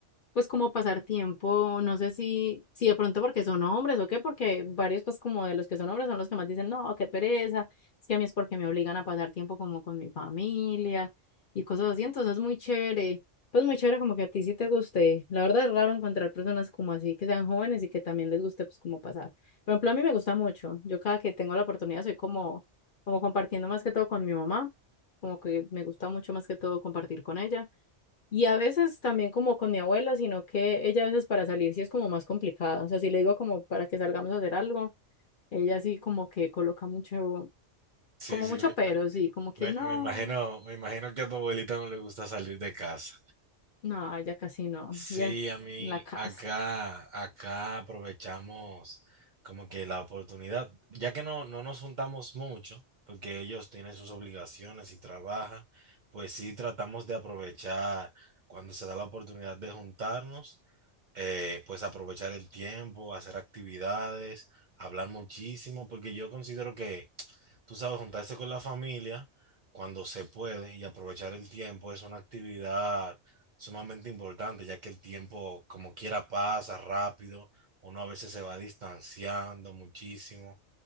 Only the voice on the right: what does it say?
Sí,
sí,
me,
me,
me me imagino, me imagino que a tu abuelita no le gusta salir de casa.
Sí,
a mí
acá, acá aprovechamos como que la oportunidad, ya que no, no nos juntamos mucho, porque ellos tienen sus obligaciones y trabajan, pues sí tratamos de aprovechar cuando se da la oportunidad de juntarnos, eh, pues aprovechar el tiempo, hacer actividades, hablar muchísimo, porque yo considero que tú sabes, juntarse con la familia cuando se puede y aprovechar el tiempo es una actividad sumamente importante, ya que el tiempo como quiera pasa rápido, uno a veces se va distanciando muchísimo